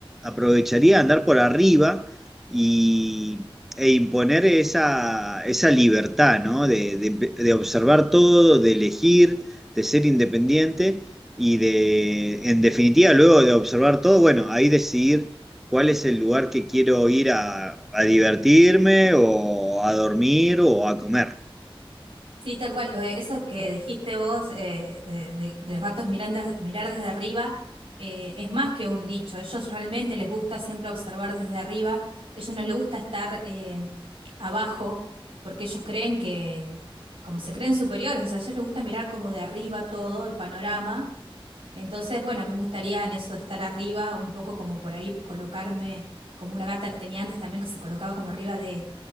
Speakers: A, in the centre; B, on the right.
A: aprovecharía andar por arriba y, e imponer esa, esa libertad, ¿no? De, de- de observar todo, de elegir de ser independiente y de, en definitiva, luego de observar todo, bueno, ahí decidir cuál es el lugar que quiero ir a, a divertirme o a dormir o a comer.
B: Sí, tal cual. Eh, Eso que dijiste vos eh, de, de- de los gatos mirar, mirar desde arriba eh, es más que un dicho. Ellos realmente les gusta siempre observar desde arriba. Ellos no les gusta estar eh, abajo porque ellos creen que, como se creen superiores, o sea, a ellos les gusta mirar como de arriba todo el panorama entonces, bueno, a mí me gustaría en eso de estar arriba, un poco como por ahí colocarme, como una gata que tenía antes también, que se colocaba como arriba de,